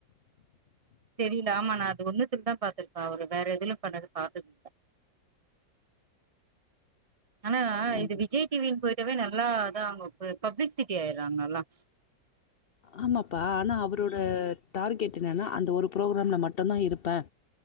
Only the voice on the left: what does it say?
ஆமா
ஆமாப்பா ஆனா அவரோட டார்கெட் என்னன்னா அந்த ஒரு ப்ரோக்ராம்ல்ல மட்டுதா இருப்ப